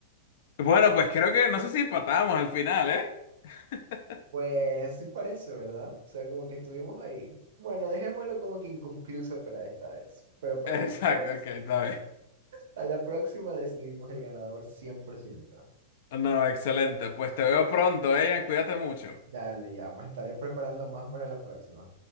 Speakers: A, on the left; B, on the right.
A: Bueno, pues creo que no sé si empatamos al final, ¿eh? <laughs>
B: Pues sí parece, ¿verdad? O sea, como que estuvimos ahí. Bueno, dejémoslo como que inconcluso para esta vez. Pero para
A: Exacto,
B: la próxima.
A: ok, está bien.
B: A la próxima decidimos el ganador 100%.
A: No, excelente. Pues te veo pronto, eh, Ian. Cuídate mucho.
B: Dale, ya me estaré preparando más para la próxima.